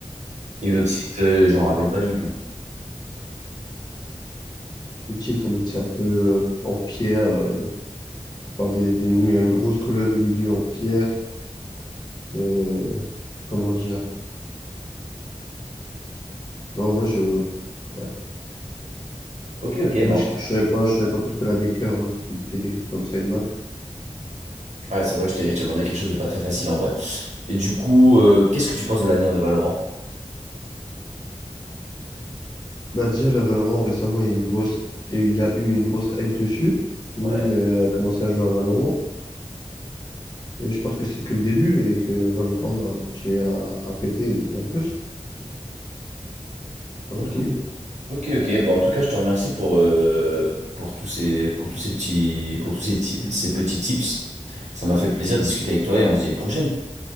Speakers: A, on the right; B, on the left.
A: Et l'autre site, euh, je m'en rappelle pas du tout.
B: Le titre, en mode, c'est un peu euh, en pierre, euh, enfin, des, des- une, une grosse colonne au milieu en pierre. euh, comment dire? Bah, en vrai, je, ouais.
A: Ok, ok,
B: En vrai,
A: bon.
B: je, je saurais pas, je saurais pas plus que la décrire, hein. C'est compliqué de d'écrire comme ça une map.
A: Ouais, c'est vrai que je t'ai je t'ai demandé quelque chose de pas très facile en vrai. Et du coup, euh, qu'est-ce que tu penses de l'avenir de Valorant?
B: Bah, déjà, la Valorant, récemment, il y a une grosse, et il y a eu une grosse hype dessus. Tout
A: Ouais.
B: le monde euh, a commencé à jouer à Valorant. Et je pense que c'est que le début et que Valorant va continuer à, à péter de plus en plus. Voilà
A: ok.
B: le tout.
A: Ok, ok. Bon, en tout cas, je te remercie pour, euh, pour tous ces, pour tous ces petits, pour tous ces, ti- ces petits tips. Ça m'a fait plaisir de discuter avec toi et on se dit à une prochaine.